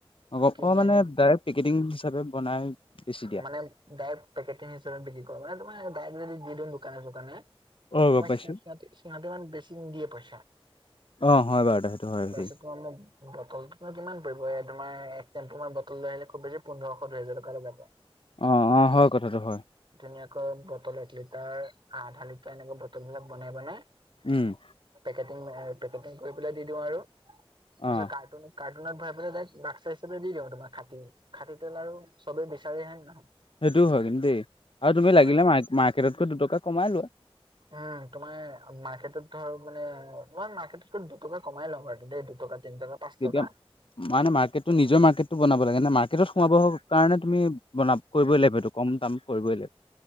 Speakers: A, on the left (about 60°); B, on the right (about 55°).
A: অ অ
B: কিনি
A: মানে
B: আনি
A: ডাইৰেক্ট পেকেটিং হিচাপে বনাই বেছি দিয়া।
B: মানে ডাইৰেক্ট পেকেটিং হিচাপে বিক্ৰী কৰো, মানে তোমাৰ ডাইৰেক্ট যদি দি দিওঁ দোকানে চোকানে,
A: অ গম
B: তোমাৰ
A: পাইছো
B: সিহঁতে সিহঁতে মান বেছি নিদিয়ে পইচা,
A: অ হয় বাৰু দে, হয়
B: তাৰপিছত
A: দেই
B: তোমাৰ মোক, বটল কিমান পৰিব এই তোমাৰ এক চেম্প মই বটল লৈ আহিলে খুব বেছি পোন্ধৰশ দুহেজাৰ টকা ওলাব।
A: অঁ অঁ হয় কথাটো হয়।
B: ধুনীয়াকৈ বটল এক লিটাৰ আধা লিটাৰ এনেকা বটল বিলাক বনাই বনাই,
A: উম
B: পেকেটিং এ পেকেটিং কৰি পেলাই দি দিও আৰু,
A: অ
B: তাৰ পিছত কাৰ্টুন, কাৰ্টুনত ভৰাই পেলাই বাক্সা হিচাপে দি দিওঁ তোমাৰ খাতি খাতি তেল আৰু, চবেই বিচাৰে হয় নে নহয়
A: সেইটোও হয় কিন্তু দেই আৰু তুমি
B: তোমাৰ
A: লাগিলে ম মাৰ্কেটতকৈ দুটকা কমাই লোৱা।
B: উম তোমাৰ মাৰ্কেটত ধৰ মানে মাৰ্কেটত দুটকা কমাই ল'ম আৰুেই দুটকা তিন টকা, পাঁচ
A: তেতিয়া
B: টকা
A: মানে মাৰ্কেটটো নিজৰ মাৰ্কেটটো বনাব লাগে নে মাৰ্কেটত সোমাব কাৰণে তুমি বনাব, কৰিবই লাগিব এইটো কম দাম কৰিবই লাগিব।